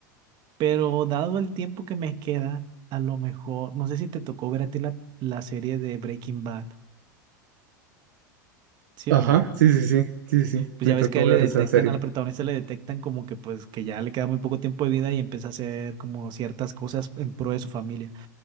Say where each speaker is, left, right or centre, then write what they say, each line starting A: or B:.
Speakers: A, on the right; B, on the right.
A: pero dado el tiempo que me queda, a lo mejor, no sé si te tocó ver a ti la, la serie de Breaking Bad, ¿sí
B: Ajá,
A: o no?
B: sí, sí, sí, sí, sí,
A: Pues
B: me
A: ya
B: tocó
A: ves que a él
B: ver
A: le detectan,
B: esa serie.
A: a la protagonista le detectan como que pues que ya le queda muy poco tiempo de vida y empieza a hacer como ciertas cosas en pro de su familia.